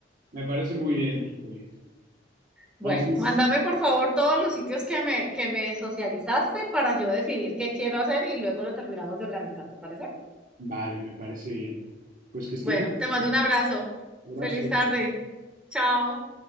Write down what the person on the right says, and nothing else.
me parece muy bien, Juli.
Entonces,
vale, me parece bien. Pues que estés
muy
bien.
Abrazo.